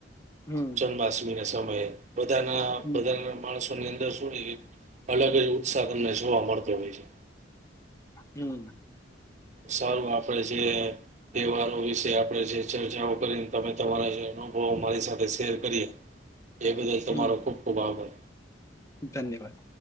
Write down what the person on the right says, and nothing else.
જન્માષ્ટ એના સમય બધાના,
બધાના, માણસો એની અંદર <unintelligible> અલગ જ, ઉત્સાહ તમને જોવા મળતો હોય છે
સારું આપડે જે અ તહેવારો વિશે આપ જે ચર્ચાઓ કરી તમે તમારા છે. બહુ મારી સાથે શેર કરીએ એ બદલ તમારો
ખૂબ ખૂબ આભાર.